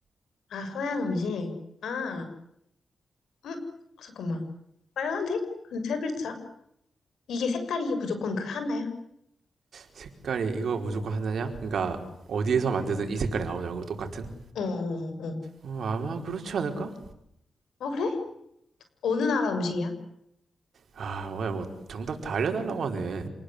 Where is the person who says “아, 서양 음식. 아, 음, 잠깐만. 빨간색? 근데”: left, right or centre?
Left